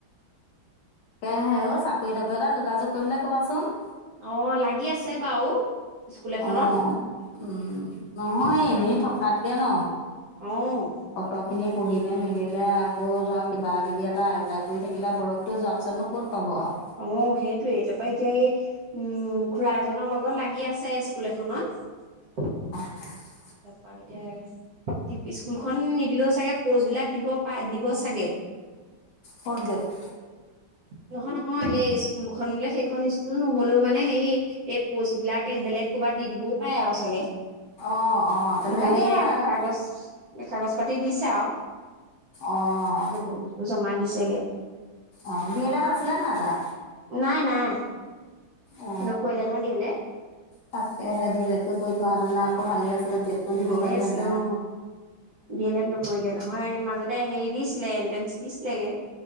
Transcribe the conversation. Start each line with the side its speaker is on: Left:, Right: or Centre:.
Left: এ হে আৰু চাকৰি তাকৰি এটা যোগাযোগ কৰিবলে কবাচোন।
Right: অ লাগি আছে বাৰু। স্কুল এখনত
Left: অ উম নহয়
Right: তাৰপা
Left: এনেই থকাতকে ন
Right: অ
Left: পত খিনি পঢ়িলে মেলিলে আকৌ ধৰক কিবা কিবি এটা এপ্লাই কৰি থাকিলে বয়স। ত যোৱা পিছত নো ক'ত পাব আৰু।
Right: অ সেইটোয়ে তাৰ পৰা এতিয়া এই উম খুৰা এজনৰ লগত লাগি আছে স্কুল এখনত
Left: হয়
Right: তাৰাপা এতিয়া স্কুলখন নিদিলেও চাগে প'ষ্টবিলাক দিব পাই দিব চাগে।
Left: Fort gate.
Right: নহয় নহয় এই স্কুলখন বোলে সেইখন স্কুল নহলেও মানে সেই এই প'ষ্টবিলাক এই বেলেগ ক'ৰবাত দি দিবও পাৰে আৰু চাগে।
Left: আহ আহ
Right: সেইটো
Left: তেনে
Right: কাৰণে
Left: কেই মানে আৰু।
Right: কাগজ কাগজ পাতি দিছে আৰু
Left: অঁ
Right: ডকুমেন্ট জমা দিছে। চাগে
Left: অ বিয়েলত আছিলে নাই তা
Right: নাই নাই
Left: অ
Right: নকৰিলে নহয় ডি এল এড
Left: তাক সে দিলো কৈ থোৱা আৰু নাক। ভালে আছিলে। টেটটো দিব
Right: ভালে
Left: পাৰিলেহেঁতেন
Right: আছিলে
Left: আৰু।
Right: অ বিয়েলে কৰিলে নহয় মাজতে হেৰি দিছিলে এন্ট্ৰেন্ঞ্চ দিছিলেগে।